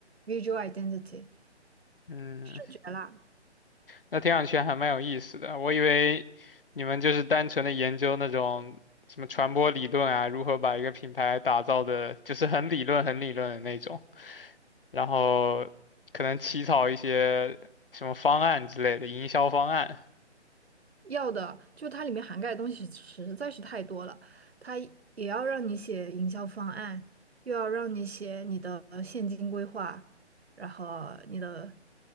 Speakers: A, on the right; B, on the left.
A: visual identity
B: 嗯，
A: 视觉啦，
B: 那听上去还蛮有意思的。我以为你们就是单纯的研究那种什么传播理论啊，如何把一个品牌打造的，就是很理论、很理论的那种，然后可能起草一些什么方案之类的营销方案。
A: 要的就它里面涵盖的东西实在是太多了，它也要让你写营销方案，又要让你写你的现金规划，然后你的